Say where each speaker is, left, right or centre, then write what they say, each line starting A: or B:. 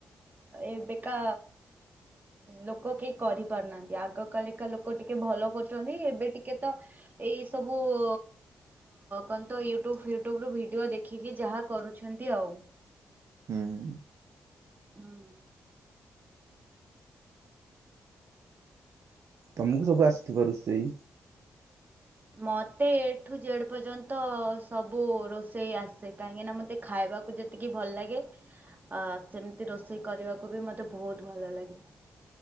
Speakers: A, on the right; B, on the right.
A: ଏବେକା ଲୋକ କେହି କରିପାରୁ ନାହାନ୍ତି ଆଗ କାଳିକା ଲୋକ ଟିକେ ଭଲ କରୁଚନ୍ତି ଏବେ ଟିକେ ତ ଏଇ ସବୁ ଅ କଣ ତ ୟୁଟ୍ୟୁବ ଫିୟୁଟ୍ୟୁବ ରୁ ଭିଡିଓ ଦେଖିକି ଯାହା କରୁଛନ୍ତି ଆଉ।
B: ହୁଁ।
A: ହୁଁ।
B: ତମକୁ ସବୁ
A: ଆଉ
B: ଆସିଥିବ ରୋଷେଇ।
A: ମତେ ଏଠୁ ଜେଡ ପର୍ଯ୍ୟନ୍ତ ସବୁ ରୋଷେଇ ଆସେ କାହିଁକିନା ମତେ ଖାଇବାକୁ ଯେତେ ଏତିକି ଭଲ ଲାଗେ ଆ ସେମିତି ରୋଷେଇ କରିବାକୁ ବି ମତେ ବହୁତ୍ ଭଲ ଲାଗେ।